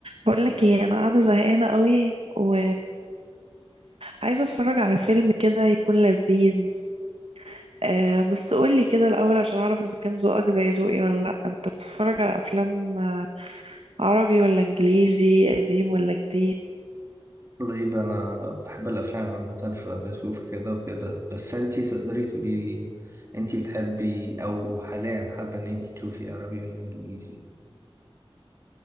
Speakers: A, on the right; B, on the right.
A: بقول لك ايه انا قاعده زهقانه قوي و عايزه اتفرج على فيلم كده يكون لذيذ آه بس قول لي كده الاول عشان اعرف اذا كان ذوقك زي ذوقي ولا لا انت بتتفرج على افلام آه، عربي ولا انجليزي قديم ولا جديد
B: طيب أنا بحب الأفلام عامة فبشوف كده وكده بس أنتي تقدري تقولي لي أنتي بتحبي أو حاليا حابة إن أنتي تشوفي عربي ولا إنجليزي؟